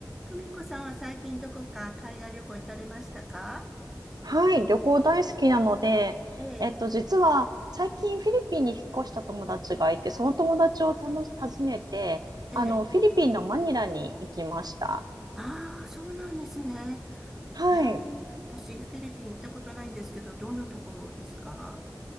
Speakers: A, in the centre; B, on the right.
A: 久美子さんは最近どこか海外旅行行かれましたか
B: はい、旅行大好きなので、
A: ええ、
B: えっと、実は最近フィリピンに引っ越した友達がいて、その友達をたの訪ねて、
A: ええ。
B: あの、フィリピンのマニラに行きました。
A: ああ、そうなんですね。
B: はい。
A: ええ、私フィリピン行ったことないんですけど、どんなところですか